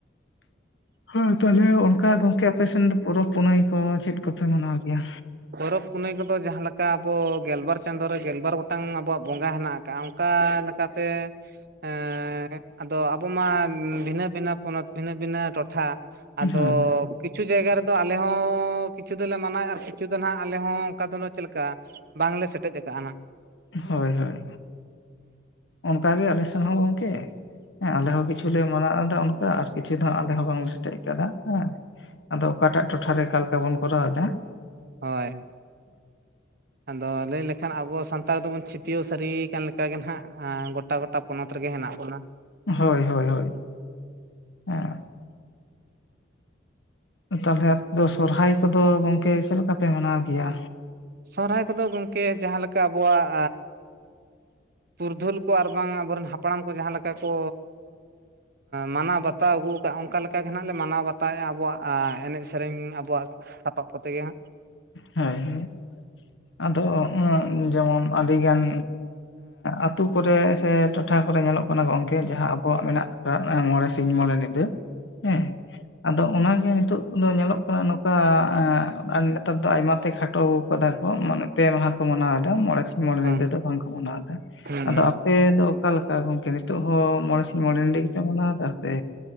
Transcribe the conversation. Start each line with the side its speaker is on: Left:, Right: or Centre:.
Left: ᱦᱩᱸ ᱛᱟᱦᱞᱮ ᱚᱱᱠᱟ ᱜᱚᱝᱠᱮ ᱟᱯᱮ ᱥᱮᱱ ᱫᱚ ᱯᱚᱨᱚᱵᱽ ᱯᱩᱱᱟᱹᱭ ᱠᱚ ᱪᱮᱫ ᱠᱚᱯᱮ ᱢᱟᱱᱟᱣ ᱜᱮᱭᱟ?
Right: ᱯᱚᱨᱚᱵᱽ ᱯᱩᱱᱟᱹᱭ ᱠᱚᱫᱚ ᱡᱟᱦᱟ ᱞᱮᱠᱟ ᱟᱵᱚ ᱜᱮᱞ ᱵᱟᱨ ᱪᱟᱸᱫᱳ ᱨᱮ ᱜᱮᱞ ᱵᱟᱨ ᱜᱚᱴᱟᱝ ᱟᱵᱚᱣᱟᱜ ᱵᱚᱸᱜᱟ ᱦᱮᱱᱟᱜ ᱟᱠᱟᱜᱼᱟ ᱚᱱᱠᱟᱼᱼ ᱚᱱᱠᱟᱛᱮ ᱮ ᱟᱫᱚ ᱟᱵᱚ ᱢᱟ ᱵᱷᱤᱱᱟᱹ ᱵᱷᱤᱱᱟᱹ ᱯᱚᱱᱚᱛᱼᱼ ᱵᱷᱤᱱᱟᱹ ᱵᱷᱤᱱᱟ, ᱴᱚᱴᱷᱟ ᱟᱫᱚᱼᱼ
Left: ᱦᱳᱭ
Right: ᱠᱤᱪᱷᱩ ᱡᱟᱭᱜᱟ ᱨᱮᱫᱚ ᱟᱞᱮ ᱦᱚᱸ ᱠᱤᱪᱷᱩ ᱫᱚᱞᱮ ᱢᱟᱱᱟᱣ ᱢᱟᱱᱟᱣᱮᱼᱟ ᱾ ᱠᱤᱪᱷᱩ ᱫᱚ ᱱᱟᱜ ᱟᱞᱮ ᱦᱚᱸ ᱚᱱᱠᱟ ᱫᱚ ᱪᱮᱫ ᱞᱮᱠᱟ ᱵᱟᱝ ᱞᱮ ᱥᱮᱴᱮᱡ ᱟᱠᱟᱜᱼᱟ ᱱᱟᱜ ᱾
Left: ᱦᱚᱭ ᱦᱚᱭ, ᱚᱱᱠᱟ ᱜᱮ ᱟᱞᱮ ᱥᱮᱱ ᱦᱚᱸ ᱜᱚᱝᱠᱮ ᱾ ᱦᱮᱸ ᱟᱞᱮ ᱦᱚᱸ ᱠᱤᱪᱷᱩ ᱞᱮ ᱢᱟᱱᱟᱣ ᱮᱫᱟ ᱚᱱᱠᱟ ᱟᱨᱼᱼ ᱠᱤᱪᱷᱩ ᱟᱞᱮ ᱦᱚᱸ ᱵᱟᱝ ᱥᱮᱴᱮᱡ ᱟᱠᱟᱫᱟ ᱦᱮᱸ ᱟᱫᱚ ᱚᱠᱟ ᱴᱟᱜ ᱴᱚᱴᱷᱟ ᱨᱮ ᱚᱠᱟ ᱞᱮᱠᱟ ᱵᱚᱱ ᱠᱚᱨᱟᱣᱟ ᱾
Right: ᱦᱳᱭ ᱟᱫᱚ ᱞᱟᱹᱭ ᱞᱮᱠᱷᱟᱱ ᱟᱵᱚ ᱥᱟᱱᱛᱼᱼ ᱛᱟᱲ ᱫᱚ ᱵᱚᱱ ᱪᱷᱟᱹᱛᱤᱭᱟᱹᱣ ᱥᱟᱹᱨᱤ ᱟᱠᱟᱱ ᱞᱮᱠᱟ ᱜᱮ ᱱᱟᱜ ᱜᱚᱴᱟ ᱜᱚᱴᱟ ᱯᱚᱱᱚᱛ ᱨᱮᱜᱮ ᱦᱮᱱᱟᱜ ᱵᱚᱱᱟ ᱾
Left: ᱦᱚᱭ ᱦᱚᱭ ᱦᱚᱭ ᱦᱮᱸ ᱛᱟᱦᱞᱮ ᱟᱫᱚ ᱥᱚᱨᱦᱟᱭ ᱠᱚᱫᱚ ᱜᱚᱝᱠᱮ ᱪᱮᱫ ᱞᱮᱠᱟ ᱯᱮ ᱢᱟᱱᱟᱣ ᱜᱮᱭᱟ?
Right: ᱥᱚᱨᱦᱟᱭ ᱠᱚᱫᱚ ᱜᱚᱝᱠᱮ ᱡᱟᱦᱟ ᱞᱮᱠᱟ ᱟᱵᱚᱣᱟᱜᱼᱼ ᱯᱩᱨᱫᱷᱩᱞ ᱠᱚ ᱟᱨ ᱵᱟᱝ ᱟᱵᱚ ᱨᱮᱱ ᱦᱟᱯᱲᱟᱢ ᱠᱚ ᱡᱟᱦᱟ ᱞᱮᱠᱟ ᱠᱚ, ᱢᱟᱱᱟᱣ ᱵᱟᱛᱟᱣ ᱟᱹᱜᱩᱼᱼ ᱚᱱᱠᱟ ᱞᱮᱠᱟ ᱜᱮ ᱱᱟᱜ ᱞᱮ ᱢᱟᱱᱟᱣ ᱵᱟᱛᱟᱣ ᱮᱜᱼᱟ ᱟᱵᱚᱣᱟᱜ ᱮᱱᱮᱡ ᱥᱮᱨᱮᱧ ᱟᱵᱚᱣᱟᱜ ᱥᱟᱯᱟᱵ ᱠᱚᱛᱮ ᱜᱮ ᱦᱟᱸᱜ᱾
Left: ᱦᱳᱭ ᱦᱳᱭ ᱟᱫᱚ ᱡᱮᱢᱚᱱ ᱟᱹᱰᱤ ᱜᱟᱱ ᱟᱹᱛᱳ ᱠᱚᱨᱮ ᱥᱮ ᱴᱚᱴᱷᱟ ᱠᱚᱨᱮ ᱧᱮᱞ ᱚᱜ ᱚᱱᱟ ᱜᱚᱝᱠᱮ ᱡᱟᱦᱟ ᱟᱵᱚᱣᱟᱜ ᱢᱮᱱᱟᱜ ᱟᱠᱟᱜ ᱢᱚᱬᱮ ᱥᱤᱧ ᱢᱚᱬᱮ ᱧᱤᱫᱟᱹ ᱦᱮᱸ, ᱟᱫᱚ ᱚᱱᱟ ᱜᱮ ᱱᱤᱛᱳᱜ ᱫᱚ ᱧᱮᱞ ᱚᱜ ᱠᱟᱱᱟ ᱱᱚᱝᱠᱟ ᱟᱨ ᱱᱮᱛᱟᱨ ᱫᱚ ᱟᱭᱢᱟ ᱛᱮ ᱠᱷᱟᱴᱚ ᱟᱠᱟᱫᱟ ᱠᱚ ᱢᱟᱱᱮ ᱯᱮ ᱢᱟᱦᱟ ᱠᱚ ᱢᱟᱱᱟᱣ ᱮᱫᱟ ᱢᱚᱬᱮ ᱥᱤᱧ ᱢᱚᱬᱮ‌
Right: ᱦᱩᱸ
Left: ᱧᱤᱫᱟᱹ ᱫᱚ᱾ ᱵᱟᱝ ᱠᱚ ᱢᱟᱱᱟᱣ ᱫᱟ᱾
Right: ᱦᱮᱸ
Left: ᱟᱫᱚ ᱟᱯᱮ ᱫᱚ ᱚᱠᱟ ᱞᱮᱠᱟ ᱜᱚᱝᱠᱮ ᱱᱤᱛ ᱦᱚᱸ ᱢᱚᱬᱮ ᱢᱚᱬᱮ ᱧᱤᱫᱟᱹ ᱜᱮᱯᱮ ᱢᱟᱱᱟᱣ ᱫᱟ ᱥᱮ